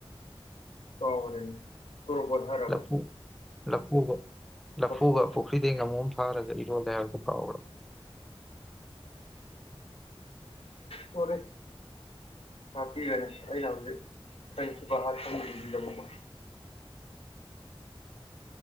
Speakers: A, on the left (about 70°); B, in the centre.
A: ꯀꯥꯎꯔꯦ ꯇꯣꯔꯣꯕꯣꯠ ꯍꯥꯏꯔꯕ
B: ꯂꯐꯨ ꯂꯐꯨꯒ ꯂꯐꯨꯒ
A: ꯃꯀꯨ
B: ꯄꯨꯈ꯭ꯔꯤꯗꯩꯩ ꯉꯃꯨꯝ ꯑꯃ ꯐꯥꯔꯒ ꯏꯔꯣꯜꯂꯦ ꯍꯥꯏꯕ ꯀꯥꯎꯔꯥ
A: ꯇꯔꯦ ꯍꯥꯥꯛꯄꯤꯒꯅꯤ ꯑꯩ ꯍꯧꯖꯤꯛ ꯈꯟꯈꯤꯕ ꯑꯏꯐꯣꯟ ꯗꯨꯒꯤꯗꯃꯛ